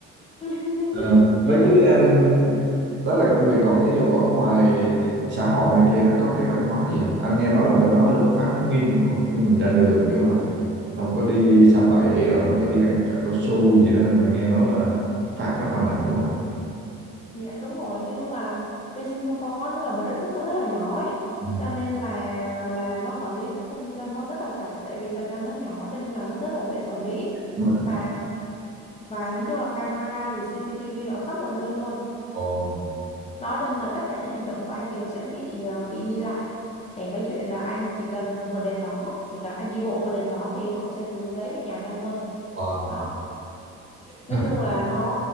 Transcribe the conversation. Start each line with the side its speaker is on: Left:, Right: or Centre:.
Left: <laughs>
Right: Ờ,
Left: dạ
Right: với cái Ừ. um, đó là công việc còn cái vụ ở ngoài xã hội này kia nó có cái văn hóa gì không anh nghe nói là bên đó luật pháp nó nghiêm đúng không chứ mình ra đường kiểu là không có đi xả bậy rồi không có đi ăn cả cao su gì đó mà nghe nói là nó phạt rất là nặng đúng không
Left: Dạ đúng rồi, nói chung là bên Singapore nó là một đất nước nó rất là nhỏ ấy.
Right: Ừ.
Left: Cho nên là là nó quản lý dân dân nó rất là chặt tại vì thật ra nó nhỏ cho nên là nó rất là dễ quản lý.
Right: Dạ.
Left: Và và nói chung là camera rồi CCTV ở khắp mọi nơi luôn.
Right: Ồ,
Left: Đó cho nên là tất cả những hành động của anh đều sẽ bị à, bị ghi lại. Kể cái chuyện là anh chỉ cần vượt đèn đỏ, kể cả anh đi bộ vượt đèn đỏ thì họ sẽ gửi giấy về nhà cho anh luôn.
Right: wow.
Left: Đó nói
Right: <laughs>
Left: chung là nó